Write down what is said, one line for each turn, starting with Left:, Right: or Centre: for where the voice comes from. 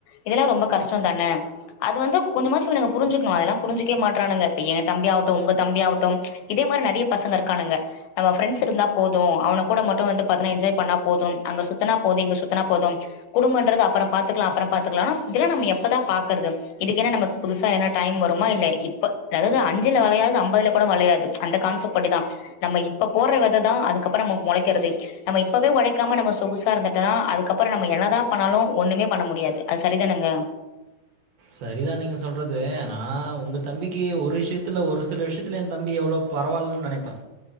Left: இதெல்லா ரொம்ப கஷ்டந்தானே அது வந்து கொஞ்சமாச்சு நாங்க புரிஞ்சுக்கணு அதலா புருஞ்சுக்கே மாற்றானுங்க இப்ப எ தம்பி ஆகட்டு உங்க தம்பி ஆகட்டும் இதே மார் நெறைய பசங்க இருக்கானுங்க நம்ம ஃப்ரெண்ட்ஸ் இருந்தா போது அவனுங் கூட மட்டு வந்து பாத்தன்னா என்ஜாய் பண்ணா போதும் அங்க சுத்தனா போது இங்க சுத்தனா போதும் குடும்பன்றது அப்பறம் பாத்துக்கலா அப்பறம் பாத்துக்கலா ஆனா இதுல நம்ம எப்பதா பாக்கற்து இதுக்கென நமக்கு புதுசா என்ன டைம் வரு மா என்ன இப்ப அதாவது அஞ்சுல வளையாது அம்பதுல கூட வளையாது அந்த கான்செப்ட் பட்டு தா நம்ம இப்ப போற்ற வெததா அதுக்கப்பறம் நம்ம மொளைக்கிறது நம்ம இப்பவே ஒழைக்காம நம்ம சொகுசா இருந்தட்டமன்னா அதுக்கப்பறம் நம்ம என்னதா பண்ணாலு ஒண்ணுமே பண்ண முடியாது அது சரிதானேங்க
Right: சரிதா நீங்க சொல்றது நா உங்க தம்பிக்கு ஒரு விஷ்யத்துல ஒரு சில விஷயத்துல எ தம்பி எவ்ளோ பரவாயில்லன் நெனைப்பே